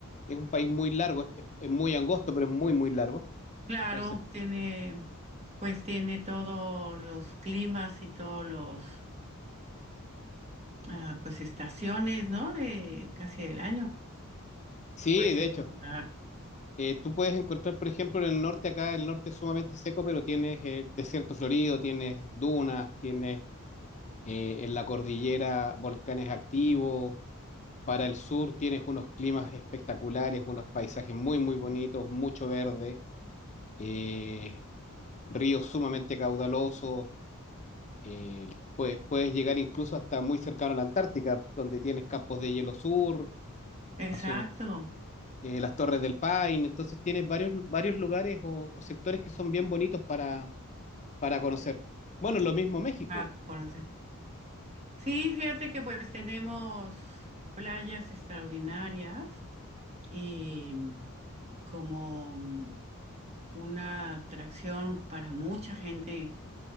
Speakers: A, on the left (about 30°); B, on the right (about 30°).
A: es un país muy largo, es, es- es muy angosto, pero es muy, muy largo.
B: Claro,
A: Entonces,
B: tiene, pues tiene todos los climas y todos los ah, pues estaciones, ¿no? De casi del año
A: sí,
B: puedes
A: de
B: encontrar.
A: hecho, Eh, tú puedes encontrar, por ejemplo, en el norte, acá el norte es sumamente seco, pero tienes eh, desierto florido, tienes dunas, tienes eh, en la cordillera volcanes activos. Para el sur tienes unos climas espectaculares, unos paisajes muy, muy bonitos, mucho verde, eh, ríos sumamente caudalosos. eh, puedes, puedes llegar incluso hasta muy cercano a la Antártica, donde tienes campos de hielo sur.
B: Exacto,
A: A su eh, las Torres del Paine, entonces tienes varios, varios lugares o, o sectores que son bien bonitos para, para conocer. Bueno, lo mismo México.
B: para conocer. Sí, fíjate que pues tenemos playas extraordinarias y mm, como mm, una atracción para mucha gente,